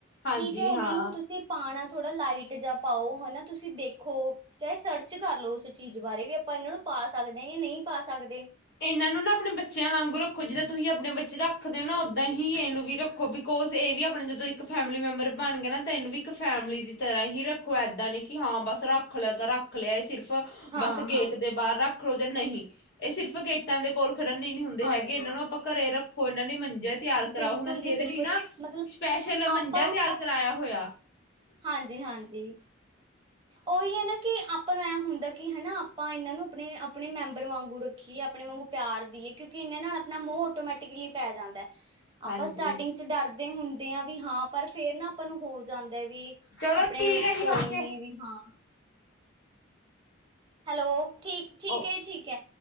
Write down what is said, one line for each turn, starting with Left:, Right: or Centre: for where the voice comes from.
Left: ਹਾਂਜੀ
Right: ਠੀਕ ਹੈ ਇਹਨਾਂ
Left: ਹਾਂ
Right: ਨੂੰ ਤੁਸੀਂ ਪਾਣਾ ਥੋੜਾ ਲਾਈਟ ਜਾਂ ਪਾਓ ਹਨਾ ਤੁਸੀਂ ਦੇਖੋ ਚਾਹੇ ਸਰਚ ਕਰ ਲਓ ਚੀਜ਼ ਬਾਰੇ ਵੀ ਆਪਾਂ ਇਹਨਾਂ ਨੂੰ ਪਾ ਸਕਦੇ ਹਾਂ ਜਾਂ ਨਹੀਂ ਪਾ ਸਕਦੇ
Left: ਇਹਨਾਂ ਨੂੰ ਨਾ ਆਪਣੇ ਬੱਚਿਆਂ ਵਾਂਗੂ ਰੱਖੋ ਜਿੱਦਾਂ ਤੁਸੀਂ ਆਪਣੇ ਬੱਚੇ ਰੱਖਦੇ ਹੋ ਨਾ ਓਦਾਂ ਹੀ ਇਹਨੂੰ ਵੀ ਰੱਖੋ ਬਿਕੋਜ ਇਹ ਵੀ ਆਪਣਾ ਜਦੋਂ ਇੱਕ ਫੈਮਿਲੀ ਮੈਂਬਰ ਬਣ ਗਿਆ ਨਾ ਤਾਂ ਇਹਨੂੰ ਵੀ ਇੱਕ ਫੈਮਿਲੀ ਦੀ ਤਰ੍ਹਾਂ ਹੀ ਰੱਖੋ ਇਏਦਾਂ ਨ ਕਿ ਹਾਂ ਬਸ ਰੱਖ ਲਿਆ ਤਾਂ ਰੱਖ ਲਿਆ ਇਹ ਸਿਰਫ
Right: ਹਾਂ
Left: ਬਸ ਗੇਟ
Right: ਹਾਂ
Left: ਦੇ ਬਾਹਰ ਰੱਖ ਖੋ ਜਾਂ ਨਹੀਂ ਇਹ ਸਿਰ ਵਗੇਟਾਂ ਦੇ ਕੋਲ ਖੜਨ ਹੀ ਨੀ ਹੁੰਦੇ
Right: ਹਾਂਜੀ
Left: ਹੈਗੇ ਇਹਨਾਂ ਨੂੰ ਆਪਾਂ ਘਰੇ ਰੱਖ ਉਹਨਾਂ ਨੇ ਮੰ ਤਿਆਰ ਕਰਾਓ
Right: ਬਿਲਕੁਲ
Left: ਹੁਣ ਅਸੀਂ
Right: ਜੀ
Left: ਇਹਦੇ
Right: ਬਿਲਕੁਲ
Left: ਲਈ ਨਾ
Right: ਮਤਲਬ
Left: ਸਪੈਸ਼ਲ ਮੰਜਾ
Right: ਆਪਾਂ
Left: ਤਿਆਰ ਕਰਾਇਆ ਹੋਇਆ ਹ
Right: ਹਾਂਜੀ ਹਾਂਜੀ ਉਹੀ ਹੈ ਨਾ ਕਿ ਆਪਾਂ ਨੂੰ ਐ ਹੁੰਦਾ ਕਿ ਹਨਾ ਆਪਾਂ ਇਹਨਾਂ ਨੂੰ ਆਪਣੇ ਆਪਣੇ ਮੈਂਬਰ ਵਾਂਗੂ ਰੱਖੀਏ ਆਪਣੇ ਵਾਂਗੂ ਪਿਆਰ ਦੇਈਏ ਕਿਉਂਕਿ ਇਹਨਾਂ ਨਾਲ ਆਪਣਾ ਮੋਹ ਆਟੋਮੈਟਿਕਲੀ ਪੈ ਜਾਂਦਾ ਆਪਾਂ
Left: ਹਾਂਜੀ
Right: ਸਟਾਰਟਿੰਗ ਚ ਡਰਦੇ ਹੁੰਦੇ ਆ ਵੀ ਹਾਂ ਪਰ ਫੇਰ ਨਾ ਆਪਾਂ ਨੂੰ ਹੋ ਜਾਂਦਾ ਵੀ
Left: ਚਲੋ
Right: ਆਪਣੇ
Left: ਠੀਕ ਹੈ ਜੀ
Right: ਕੋਈ
Left: ਓਕੇ
Right: ਨੀ ਵੀ ਹਾਂ ਹੈਲੋ ਠੀਕ ਠੀਕ
Left: ਓ
Right: ਹੈ ਜ ਠੀਕ ਹੈ